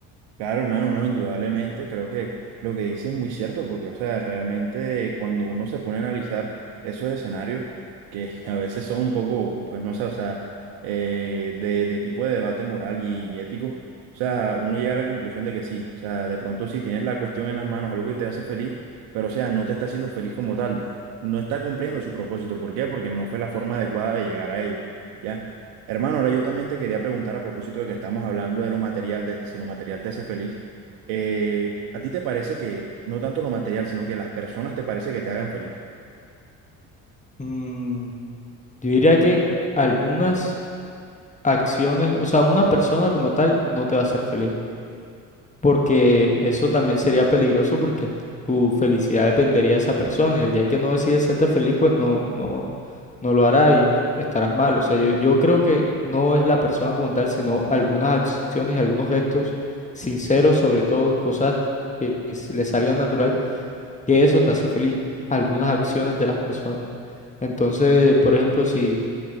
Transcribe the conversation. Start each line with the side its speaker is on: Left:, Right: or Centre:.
Right: Claro, hermano, no, indudablemente, creo que lo que dice es muy cierto, porque, o sea, realmente cuando uno se pone a analizar esos escenarios, que <laughs> a veces son un poco, pues no sé, o sea, eh, de, de tipo de debate moral y, y ético, o sea, uno llega a la conclusión de que sí, o sea, de pronto si tienes la cuestión en las manos, algo que te hace feliz, pero, o sea, no te está haciendo feliz como tal, no está cumpliendo su propósito, ¿por qué? Porque no fue la forma adecuada de llegar a ello, ¿ya? Hermano, ahora yo también te quería preguntar a propósito de que estamos hablando de lo material, de si lo material te hace feliz. eh, ¿a ti te parece que no tanto lo material, sino que las personas te parece que te hagan feliz?
Left: Mm, yo diría que algunas. acciones, o sea, una persona como tal no te va a hacer feliz, porque eso también sería peligroso porque tu felicidad dependería de esa persona y el día que no decidas hacerte feliz, pues no, no, no lo hará y estarás mal. O sea, yo, yo creo que no es la persona como tal, sino algunas acciones y algunos gestos sinceros, sobre todo cosas que s- le salgan natural, que eso te hace feliz, algunas acciones de las personas. Entonces, por ejemplo, si